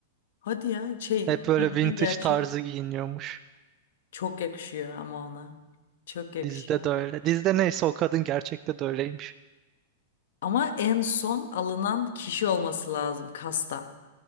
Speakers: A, on the left (about 70°); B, on the right (about 40°).
A: Hadi ya şey
B: Hep böyle
A: bildiğin
B: vintage
A: gerçek
B: tarzı giyiniyormuş.
A: çok yakışıyor ama ona. Çok yakışıyor.
B: Dizide de öyle. Dizide neyse o kadın gerçekte de öyleymiş.
A: Ama en son alınan kişi olması lazım kasta.